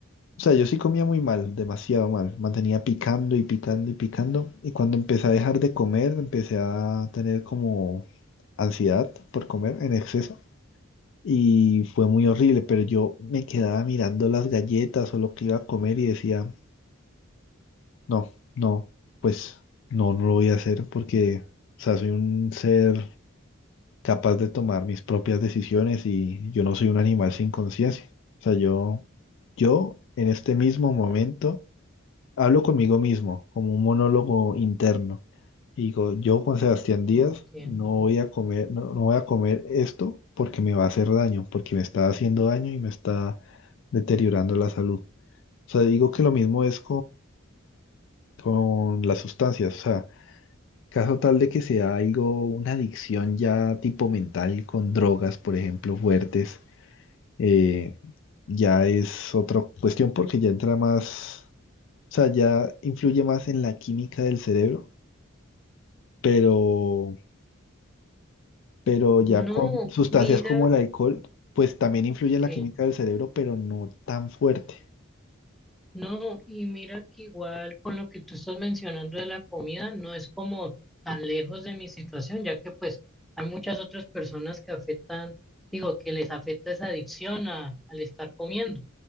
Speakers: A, on the left; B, in the centre.
A: O sea, yo sí comía muy mal, demasiado mal. Mantenía picando y picando y picando. Y cuando empecé a dejar de comer, empecé a tener como ansiedad por comer en exceso. Y fue muy horrible, pero yo me quedaba mirando las galletas o lo que iba a comer y decía... No, no, pues no, no lo voy a hacer porque, o sea, soy un ser capaz de tomar mis propias decisiones y yo no soy un animal sin conciencia. O sea, yo, yo en este mismo momento hablo conmigo mismo como un monólogo interno y digo, yo Juan Sebastián Díaz
B: entiendo.
A: no voy a comer, no, no voy a comer esto porque me va a hacer daño, porque me está haciendo daño y me está deteriorando la salud. O sea, digo que lo mismo es con las sustancias. O sea, caso tal de que sea algo, una adicción ya tipo mental con drogas, por ejemplo, fuertes, eh, ya es otra cuestión porque ya entra más, o sea, ya influye más en la química del cerebro, pero, pero ya
B: No,
A: con sustancias
B: mira,
A: como el alcohol, pues también influye en
B: sí.
A: la química del cerebro, pero no tan fuerte.
B: No, y mira que igual con lo que tú estás mencionando de la comida, no es como tan lejos de mi situación, ya que pues hay muchas otras personas que afectan, digo, que les afecta esa adicción a- al estar comiendo.